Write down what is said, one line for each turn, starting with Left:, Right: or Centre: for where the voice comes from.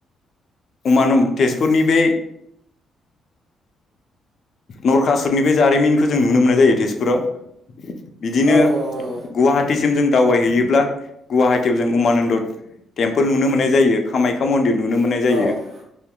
Left: अमानम तेजपुरनि बे नरकासुरनि बे जारिमिनखौ जों नुनो मोननाय जायो तेजपुराव। बिदिनो
Right: औ औ नंगौ नंगौ।
Left: गुवाहाटिसिम जों दावबायहैयोब्ला गुवाहाटियाव जों उमानन्द टेम्पोल नुनो मोन्नाय जायो कामाख्या मन्दिर नुनो मोननाय
Right: औ
Left: जायो।
Right: औ